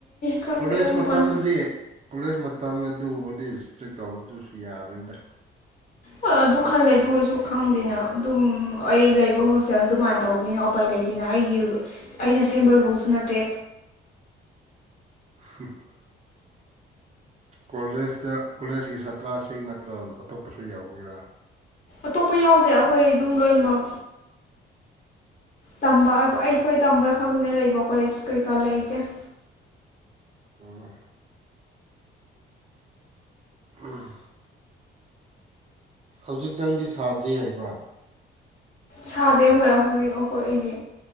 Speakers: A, on the left; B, on the right.
A: ꯈꯪꯗꯦ
B: ꯀꯣꯂꯦꯁ
A: ꯃꯄꯥꯟ
B: ꯃꯇꯝꯗꯗꯤ ꯀꯣꯂꯦꯖ ꯃꯇꯝ ꯑꯗꯨꯒꯨꯝꯕꯗꯤ ꯁꯇ꯭ꯔꯤꯛ ꯇꯧꯕ ꯗꯨꯁꯨ ꯌꯥꯕꯅꯤꯗ
A: ꯍ ꯑꯗꯨ ꯈꯜꯂꯦ ꯑꯗꯨ ꯑꯣꯏꯔꯁꯨ ꯈꯪꯗꯦꯅ ꯑꯗꯨꯝ ꯑꯩ ꯂꯩꯕ ꯍꯣꯁꯇꯦꯜ ꯑꯗꯨꯃꯥꯏꯅ ꯇꯧꯕꯅꯤꯅ ꯎꯄꯥꯏ ꯂꯩꯇꯦꯅ ꯑꯩꯒꯤ ꯔꯨꯠ ꯑꯩꯅ ꯁꯦꯝꯕ ꯔꯨꯜꯁꯨ ꯅꯠꯇꯦ
B: <unintelligible> ꯀꯣꯂꯦꯖꯇ ꯀꯣꯂꯦꯖꯀꯤ ꯁꯥꯇ꯭ꯔꯥꯁꯤꯡ ꯅꯠꯇ꯭ꯔꯣ ꯑꯇꯣꯞꯄꯁꯨ ꯌꯥꯎꯕꯒꯤꯔꯥ
A: ꯑꯇꯣꯞꯄ ꯌꯥꯎꯗꯦ ꯑꯩꯈꯣꯏ ꯑꯗꯨꯝ ꯂꯣꯏꯅꯃꯛ ꯇꯝꯕ ꯑꯈ ꯑꯩꯈꯣꯏ ꯇꯝꯕ ꯈꯛꯇꯅꯦ ꯂꯩꯕ ꯀꯣꯂꯦꯖ ꯀꯩꯀꯥ ꯂꯩꯇꯦ
B: ꯎꯝ ꯎꯝ ꯍꯧꯖꯤꯛꯇꯪꯗꯤ ꯁꯥꯗ꯭ꯔꯤ ꯍꯥꯏꯕ꯭ꯔꯥ
A: ꯁꯥꯗꯦ ꯍꯣꯏ ꯍꯧꯖꯤꯛ ꯑꯩꯈꯣꯏ ꯑꯩꯗꯤ